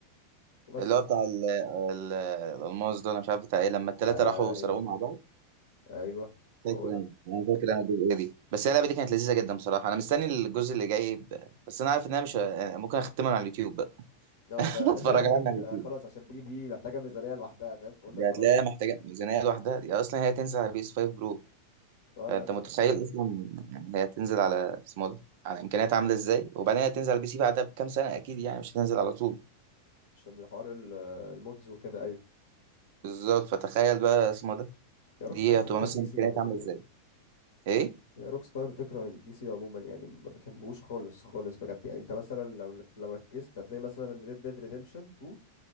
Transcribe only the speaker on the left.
وبس
ايوه
ايوه
هو ده
اه
ده
<laughs> خلاص عشان دي دي محتاجه ميزانيه لوحدها فاهم فقلنا
خلاص
بقى
اه
لا لا
لا
عشان الحوار ال- المودز وكده ايوه
يا روك
ستار بتكره
البي
سي عموما
يعني
هي روك ستار بتكره البي سي عموما يعني ما بتحبوش خالص خالص بجد يعني انت مثلا لو لو ركزت هتلاقي مثلا ريد ديد ريديمشن 2